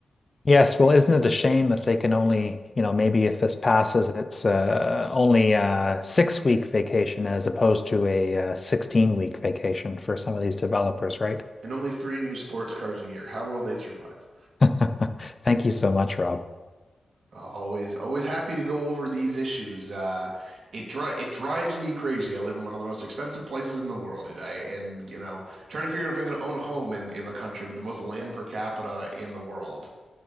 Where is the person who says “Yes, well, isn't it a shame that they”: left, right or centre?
Left